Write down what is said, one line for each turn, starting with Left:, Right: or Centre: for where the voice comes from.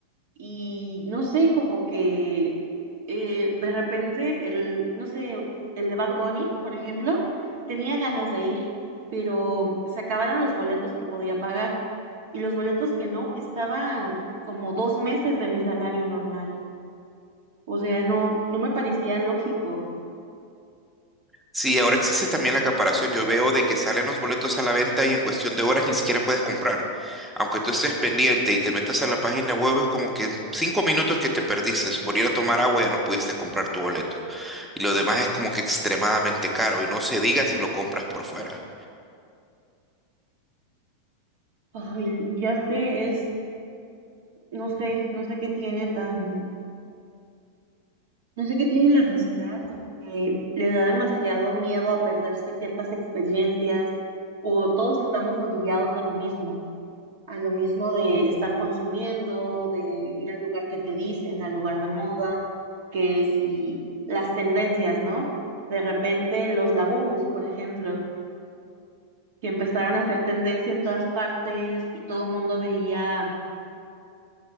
Right: y no sé, como que eh, de repente el, no sé, el de Bad Bunny, por ejemplo, tenía ganas de ir, pero se acabaron los boletos que podía pagar y los boletos que no estaban como dos meses de mi salario normal. O sea, no, no me parecía lógico.
Centre: Sí, ahora existe también la acaparación. Yo veo de que salen los boletos a la venta y en cuestión de horas ni siquiera puedes comprar. Aunque tú estés pendiente y te metas a la página web, es como que en cinco minutos que te perdiste por ir a tomar agua ya no pudiste comprar tu boleto. Y lo demás es como que extremadamente caro y no se diga si lo compras por fuera.
Right: Ay, ya sé, es, no sé, no sé qué tiene tan No sé qué tiene la sociedad, como que le da demasiado miedo a perderse ciertas experiencias o todos estamos orillados a lo mismo, a lo mismo de estar consumiendo, de ir al lugar que te dicen, al lugar de moda, que si las tendencias, ¿no? De repente los labubus, por ejemplo, que empezaron a hacer tendencia en todas partes y todo el mundo veía,